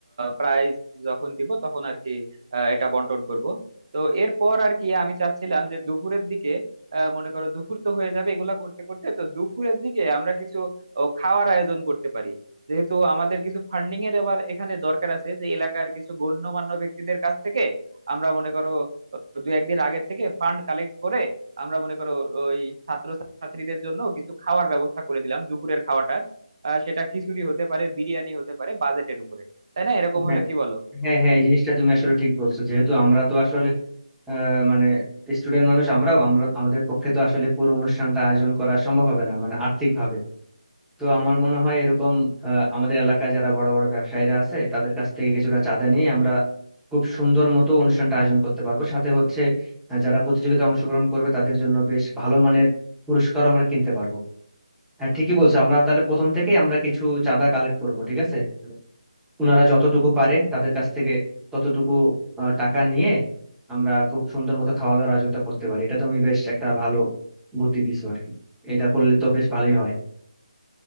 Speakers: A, on the right (about 45°); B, in the centre.
A: প্রাইজ যখন দিব তখন আর কি আহ, এটা বন্টন করব তো এরপর আর কি আমি চাচ্ছিলাম যে দুপুরের দিকে আহ, মনে করো দুপুর তো হয়ে যাবে এগুলা করতে করতে তো দুপুরের দিকে আমরা কিছু ও, খাওয়ার আয়োজন করতে পারি যেহেতু আমাদের কিছু ফান্ডিং এর আবার এখানে দরকার আছে যে এলাকার কিছু গণ্যমান্য ব্যক্তিদের কাছ থেকে আমরা মনে করো দু একদিন আগে থেকে ফান্ড কালেক্ট করে আমরা মনে করো ওই ছাত্র ছাত্রীদের জন্য কিছু খাওয়ার ব্যবস্থা করে দিলাম দুপুরের খাওয়াটা আহ, সেটা খিচুড়ি হতে পারে বিরিয়ানি হতে পারে বাজেটের উপরে তাই না এরকম
B: হ্যাঁ
A: হলে কি বলো
B: হ্যাঁ হ্যাঁ এই জিনিসটা তুমি আসলে ঠিক বলছো যেহেতু আমরা তো আসলে আহ, মানে স্টুডেন্ট মানুষ আমরাও আমরা আমাদের পক্ষে তো আসলে পুরো অনুষ্ঠানটা আয়োজন করা সম্ভব হবে না মানে আর্থিক ভাবে তো আমার মনে হয় এরকম আহ, আমাদের এলাকায় যারা বড় বড় ব্যবসায়ীরা আছে তাদের কাছ থেকে কিছুটা চাঁদা নিয়ে আমরা খুব সুন্দর মতো অনুষ্ঠানটা আয়োজন করতে পারবো সাথে হচ্ছে আহ, যারা প্রতিযোগিতায় অংশগ্রহণ করবে তাদের জন্য বেশ ভালো মানের পুরস্কারও আমরা কিনতে পারবো হ্যাঁ ঠিকই বলছো আমরা তাহলে প্রথম থেকেই আমরা কিছু চাঁদা কালেক্ট করব ঠিক আছে ওনারা যতটুকু পারে তাদের কাছ থেকে ততটুকু আহ, টাকা নিয়ে আমরা খুব সুন্দর মতো খাওয়া দাওয়ার আয়োজনটা করতে পারি এটা তুমি বেশ একটা ভালো বুদ্ধি দিছো আর কি এটা করলে তো বেশ ভালোই হয়